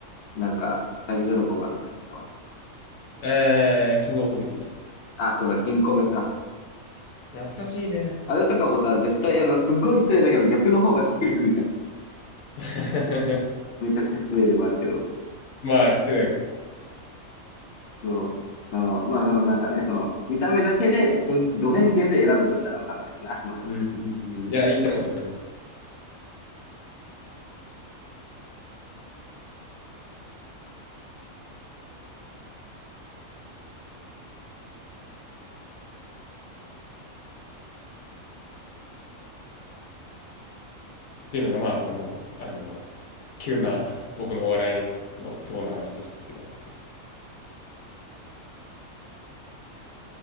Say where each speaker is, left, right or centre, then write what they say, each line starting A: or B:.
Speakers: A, on the left; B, on the left.
A: なんか、下着泥棒かなんかに捕まっ
B: えー、キングオブコメディ。
A: た。あ、そうだ、金庫目か。
B: 懐かしいね。
A: あれとかもさ、絶対、いや、まあすっごい失礼だけど、逆の方がしっくりくるじゃん。
B: <laughs>
A: めちゃくちゃ失礼ではあるけど。
B: まあ、失礼だけど。
A: そう。その、まあ、そのなんかね、その、見た目だけで、偏ド偏見で選ぶとしたらの話だけどね、あくまでも。
B: うん、うん、うん。いや、言いたいことわかります。っていうのが、まあ、その、あの、急な僕のお笑いのツボの話でしたっていう感じですね。